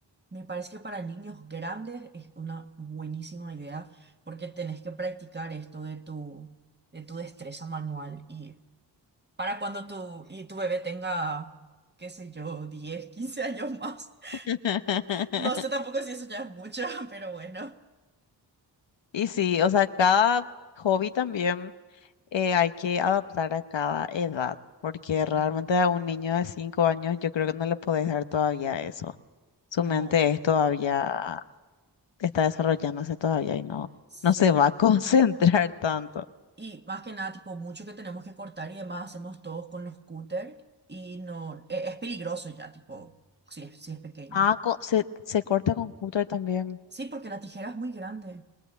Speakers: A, on the right (about 25°); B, on the left (about 80°).
A: Me parece que para niños grandes es una buenísima idea porque tenés que practicar esto de tu, de tu destreza manual. Y para cuando tu, y tu bebé tenga, qué sé yo, 10 15 años más. <laughs>
B: <laughs>
A: No sé tampoco si eso ya es mucho, <laughs> pero bueno.
B: Y sí, o sea, cada hobby también. eh, hay que adaptar a cada edad, porque
A: Ujú.
B: realmente a un niño de 5 años yo creo que no le podés dar todavía eso. Su
A: No,
B: mente es todavía, está desarrollándose todavía y no,
A: sí.
B: no se va a <laughs> concentrar tanto.
A: Y más que nada, tipo, mucho que tenemos que cortar y demás hacemos todos con los cúter y no, e- es, peligroso ya, tipo, si es, si es pequeño.
B: Ah, co- se, se corta con cúter también.
A: Sí, porque la tijera es muy grande,